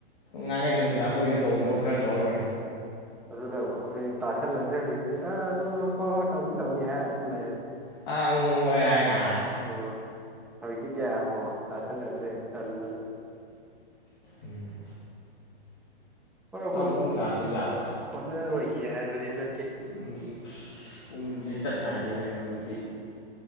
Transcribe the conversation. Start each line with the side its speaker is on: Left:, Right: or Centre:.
Left: ꯉꯥꯡꯁ ꯁꯅꯨꯗ ꯑꯩꯈꯣꯏꯁꯨ ꯇꯧꯊꯣꯛ ꯈꯔ ꯇꯧꯔ ꯂꯣꯏꯔꯦ
Centre: ꯑꯗꯨꯅꯕꯨ ꯑꯩꯈꯣꯏ ꯇꯥꯁꯟꯅꯗꯕꯤ ꯍꯧꯖꯤꯛꯇꯤ ꯑ ꯑꯪ ꯍꯣꯏ ꯍꯣꯏ ꯇꯧꯅꯤ ꯇꯧꯅꯤ ꯍꯥꯏ ꯑꯗꯨꯝ ꯂꯩ
Left: ꯑ ꯎ ꯍꯣꯏ ꯍꯥꯏꯒ
Centre: ꯎꯝ ꯍꯧꯖꯤꯛꯇꯤ ꯀꯌꯥꯕꯨ ꯇꯥꯁꯟꯅꯗ꯭ꯔꯦ ꯇꯟꯗꯅ
Left: ꯎꯝ
Centre: ꯍꯣꯏ
Left: ꯄꯨꯡ ꯇꯥꯗꯣꯏꯖꯥꯠꯂꯥ
Centre: ꯑꯈꫭꯏ <unintelligible> ꯍꯥꯏꯕꯗꯤ ꯅꯠ
Left: ꯄꯨꯡꯖꯤ ꯑꯁ ꯄꯨꯡꯖꯤ ꯆꯠ ꯅꯥꯏꯗꯦꯅꯦ ꯍꯧꯖꯤꯛ ꯇꯤ